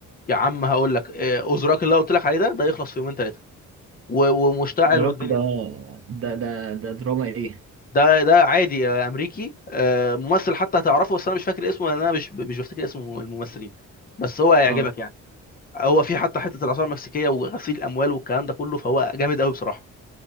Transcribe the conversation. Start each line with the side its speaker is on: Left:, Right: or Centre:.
Left: يا عم هقول لك آه، اوزراك اللي أنا قلت لك عليه ده ده يخلص في يومين ثلاثه ومشتعل والدنيا
Right: روك ده
Left: جامده
Right: ده ده ده دراما إيه؟
Left: ده ده عادي آه، امريكي آه، ممثل حتى هتعرفه بس انا مش فاكر اسمه لان انا مش مش بفتكر اسم الممثلين بس هو هيعجبك
Right: أه
Left: يعني هو في حتى حته الاثار المكسيكيه وغسيل الاموال والكلام ده كله فهو جامد قوي بصراحه